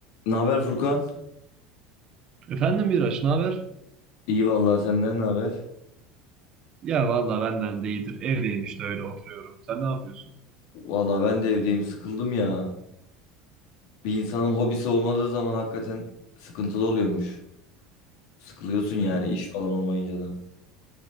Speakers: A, on the left; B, on the right.
A: Ne haber Furkan?
B: Efendim Miraç, ne haber?
A: İyi vallahi senden ne haber?
B: Ya valla benden de iyidir. Evdeyim işte öyle oturuyorum. Sen ne yapıyorsun?
A: Vallahi ben de evdeyim sıkıldım ya. Bir insanın hobisi olmadığı zaman hakikaten sıkıntılı oluyormuş. Sıkılıyorsun yani
B: Bu-
A: iş falan olmayınca da.